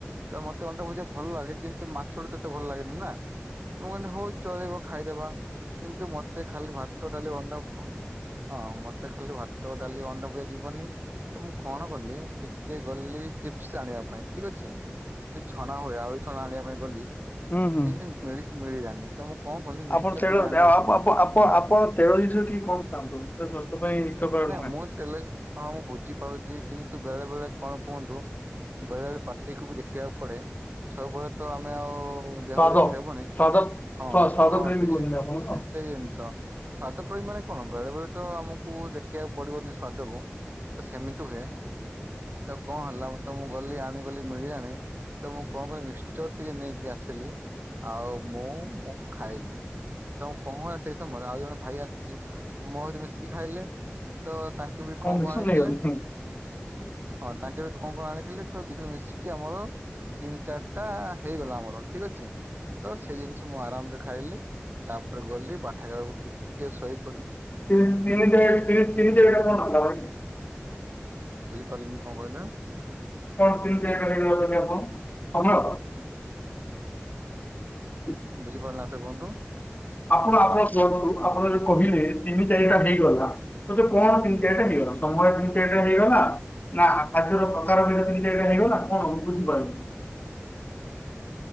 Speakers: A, on the right; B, on the left.
A: ତ ମୋତେ ଅଣ୍ଡା ଭୋଜିଆ ଭଲ ଲାଗେ। କିନ୍ତୁ, ମାଛଟୁ ତ ଏତେ ଭଲ ଲାଗେନି ନା! ମୁଁ କହିଲି, ହଉ ଚଳିବ ଖାଇଦବା। କିନ୍ତୁ, ମତେ ଖାଲି ଭାତ ଡାଲି ଅଣ୍ଡା ହଁ, ମତେ ଖାଲି ଭାତ, ଡାଲି, ଅଣ୍ଡାଭୁଯା ଯିବନି। ତ, ମୁଁ କଣ କଲି? ଟିକେ ଗଲି ଚିପ୍ସ ଆଣିବା ପାଇଁ ଠିକ୍ ଅଛି। ସେ ଛଣା ହୁଏ। ଆଉରି ଛଣା ଆଣିିବା ପାଇଁ ଗଲି।
B: ହୁଁ, ହୁଁ,
A: ସେ ଜିନିଷ ମିଳି ମିଳିଲାନି ତ ମୁଁ କଣ କଲି ମିକ୍ସଚର
B: ଆପଣ ତେଳ
A: ଟିକେ ଆଣିବା
B: ଆପ ଆପ ଆପ ତେଳ <inaudible>
A: ନାଇଁ,
B: ନୁହେଁ
A: ମୁଁ ତେଲ ଜି ହଁ ମୁଁ ବୁଝି ପାରୁଛି। କିନ୍ତୁ, ବେଳେ ବେଳେ କଣ କୁହନ୍ତୁ? ବେଳେ ବେଳେ ପାର୍ଟିକୁୁ ବି ଦେଖିବାକୁ ପଡେ। ସବୁବେଳେ ତ ଆମେ ଆଉ ଓ ଦେହକୁ
B: ସ୍ୱାଦ
A: ଦେଖିଲେ ହେବନାଇଁ।
B: ସ୍ୱାଦ
A: ହଁ
B: ସ୍ୱା- ସ୍ୱାଦ
A: ହଁ
B: ପ୍ରେମୀ
A: ସେ
B: କହୁଛନ୍ତି ଆପଣ
A: ସେ
B: ତ
A: ସେଇ ଜିନିଷ ସ୍ବାଦ ପ୍ରଇ ମାନେ କଣ ବେଳେବେଳେ ତ ଆମକୁ ଦେଖିବାକୁ ପଡିବନି ସ୍ଵାଦକୁ ତ ସେମିତି ହୁଏ। ତ କଣ ହେଲା ତ ମୁଁ ଗଲି ଆଣିଗଲି ମିଳିିଲାନି। ତ ମୁଁ କଣ କହିଲି ମିଶ୍ଚର ଟିକେ ନେଇକି ଆସିଲି ଆଉ ମୁଁ ମୁଁ ଖାଇଲି। ତ କଣ ହେଲା ସେ ସମୟରେ ଆଉ ଜଣେ ଭାଇ ଆସିକି ମୋ ସହିତ ମିଶିକି ଖାଇଲେ ତ ତାଙ୍କ କେବେ କଣ କରିବାକୁ
B: ମିଶନ
A: ଆଣିଥିଲେ?
B: ନେଇଗଲେ ହୁଁ।
A: ହଁ ତାଙ୍କେ ବି କଣ କଣ ଆଣିଥିଲେ ତ ଦି ଜଣ ମିଶିକି ଆମର ତିନି ଚାରିଟା ହେଇଗଲା ଆମର ଠିକ ଅଛି। ତ ସେଇ ଜିନିଷ ମୁଁ ଆରାମ ରେ ଖାଇଲି ତାପରେ ଗଲି ପାଠାଗାରକୁ ଟିକେ ଶୋଇ
B: ତିନି ଚ ତିନି ଚାରଟା ଫଣ ଆଲା ଭ <unintelligible>
A: ବୁଝିପାରିଲିନି କଣ କହିଲ?
B: <inaudible>
A: ବୁଝିପାରିଲିନି ଆଉ ଥରେ କୁହନ୍ତୁ?
B: ଆପଣ ଆପଣ ତରଫରୁ ଆପଣ ଯଦି କହିଲେ ତିନି ଚାରିଟା ହେଇଗଲା ତତେ କଣ ତିନି ଚାରିଟା ହେଇଗଲା? ସମୟରେ ତିନି ଚାରିଟା ହେଇଗଲା ନା ଖାଦ୍ୟର ପ୍ରକାର ଭ ତିନି ଚାରିଟା ହେଇଗଲା କଣ ବୁଝିପାରୁନି? <inaudible>